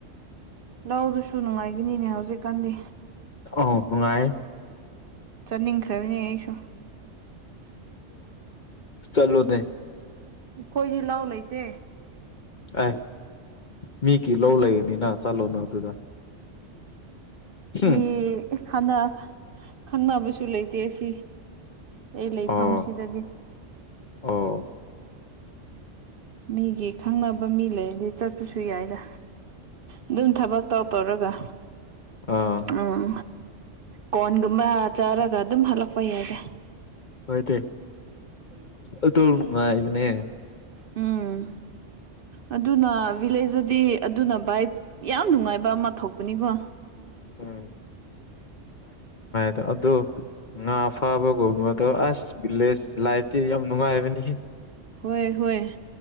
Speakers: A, on the right; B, on the left.
A: ꯂꯗꯨꯁꯨ ꯅꯨꯡꯉꯥꯏꯈꯤꯅꯤꯅꯦ ꯍꯧꯖꯤꯛꯀꯥꯟꯗꯤ
B: ꯑ ꯅꯨꯡꯉꯥꯏꯌꯦ
A: ꯆꯠꯅꯤꯡꯈ꯭ꯔꯕꯤꯅꯦ ꯑꯩꯁꯨ
B: ꯆꯂꯗ
A: ꯑꯩꯈꯣꯏꯗꯤ ꯂꯧ ꯂꯩꯇꯦ
B: ꯑꯦ ꯃꯤꯒꯤ ꯂꯧ ꯂꯩꯔꯅꯤꯅ ꯆꯠꯂꯣꯅ ꯑꯗꯨꯗ ꯍꯝ
A: ꯃꯤ ꯥꯟꯅ ꯈꯪꯅꯕꯁꯨ ꯂꯩꯇꯦ ꯑꯁꯤ ꯑꯩ ꯂꯩꯐꯝ
B: ꯑꯣ
A: ꯁꯤꯗꯗꯤ
B: ꯑꯣ
A: ꯃꯤꯒꯤ ꯈꯪꯅꯕ ꯃꯤ ꯂꯩꯔꯗꯤ ꯆꯠꯄꯁꯨ ꯌꯥꯏꯗ ꯑꯗꯨꯝ ꯊꯕꯛ ꯇꯧ ꯇꯧꯔꯒ
B: ꯑꯥ
A: ꯎꯝ ꯀꯣꯔꯟꯒꯨꯝꯕ ꯆꯥꯔꯒ ꯑꯗꯨꯝ ꯍꯜꯂꯛꯄ ꯌꯥꯏꯗꯦ
B: ꯍꯗ ꯑꯗꯨꯅꯨꯡꯃ ꯏꯕꯅꯦ
A: ꯎꯝ ꯑꯗꯨꯅ ꯚꯤꯂꯦꯖꯇꯗꯤ ꯑꯗꯨꯅ ꯚꯥꯏ ꯌꯥꯝ ꯅꯨꯡꯉꯥꯏꯕ ꯑꯃ ꯊꯣꯛꯄꯅꯤꯀꯣ
B: ꯎꯝ ꯑꯗ ꯑꯗꯣ ꯉꯥ ꯐꯥꯕꯒꯨꯝꯕꯗꯣ ꯑꯁ ꯚꯤꯂꯦꯖ ꯂꯥꯏꯐꯇꯤ ꯌꯥꯝ ꯅꯨꯡꯉꯥꯏꯕꯅꯤ
A: ꯍꯣꯏ ꯍꯣꯏ